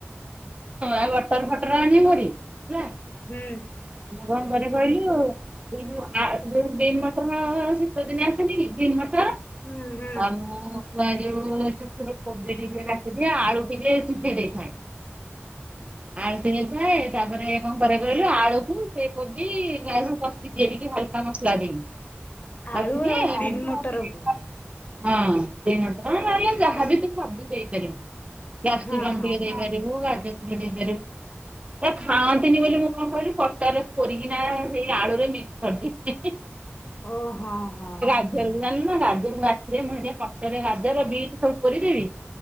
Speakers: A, on the right; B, on the left.
A: ଆଉ ବଟର ଫଟର ଆଣିବୁ ଭାରି ହେଲା।
B: ହୁଁ।
A: ମୁଁ କଣ କରେ କହିଲୁ ଏ ଯୋଉ ବିମ ମଟନ ଶୀତ ଦିନ ଆସ ଵିମ୍ ମଟର
B: ହୁଁ ହୁଁ
A: ଆଉ କୁଆଡେ ଗଲେ। ମୁଁ କହିଲି କୋବି ଟିକେ କାଟି ଦିଏ, ଆଳୁ ଟିକେ ଶିଝେଇ ଦିଏ। ଆଳୁ ଶିଜେଇ ଥାଏ, ତାପରେ କଣ କରେ କହିଲୁ ଆଳୁକୁ ସେ କୋବି ଗଢ଼ି ରୁ ସିଝେଇ ଦେଇକି ହାଲକା ମସଲା ଦେଇକି। କଷିଦିଏ
B: ଆଳୁ ଆଉ ଗ୍ରୀନ୍ ମଟରକୁୁ
A: ହଁ, ସେଇ ମଟର ନ ହେଲେ ଯାହାବି ତୁ ସବଜି ଦେଇପାରିବୁ। କ୍ୟାପସିଗମ୍
B: ହଁ ହଁ।
A: ଟିକେ ଦେଇପାରିବୁ ଗାଜ୍ ର ଟିକେ ଦେଇପାରିବୁ। ସେ ଖାଆନ୍ତିନି ବୋଲି ମଁ କଣ କହିଲୁ କଟର ରେ କୋରି କିନା ସେଇ ଆଳୁରେ ମିକ୍ସ କରି ଦିଏ, ହେଁ, ହେ।
B: ଓ ହଁ ହଁ।
A: <unintelligible> ନା ଗାଜରକୁ ମୁଁ ଟିକେ ରାତିରେ କଟର ରେ ଗାଜର ବିଟ ସବୁ କୋରି ଦେବି।